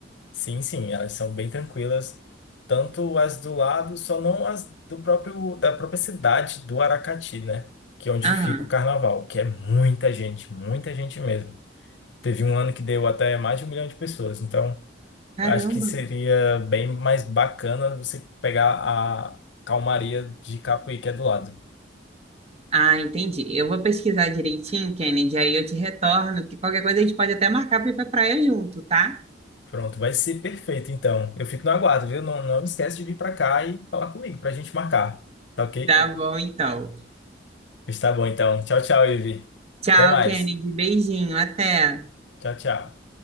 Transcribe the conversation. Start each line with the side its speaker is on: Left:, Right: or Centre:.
Left: sim, sim. Elas são bem tranquilas. Tanto as do lado, só não as do próprio, da própria cidade do Aracati, né? Que é onde
Right: Aham.
Left: fica o carnaval, que é muita gente, muita gente mesmo. Teve um ano que deu até mais de um milhão de pessoas. Então,
Right: Caramba.
Left: eu acho que seria bem mais bacana você pegar a calmaria de Capuí, que é do lado.
Right: Ah, entendi. Eu vou pesquisar direitinho, Kennedy, aí eu te retorno, que qualquer coisa a gente pode até marcar para ir para praia junto, tá?
Left: Pronto, vai ser perfeito então. Eu fico no aguardo, viu? Não, não esquece de vir pra cá e falar comigo pra gente marcar. Tá ok?
Right: Tá Tá. bom, então.
Left: Está bom então. Tchau, tchau, Ivi.
Right: Tchau,
Left: Até mais.
Right: Kennedy. Beijinho. Até.
Left: Tchau, tchau.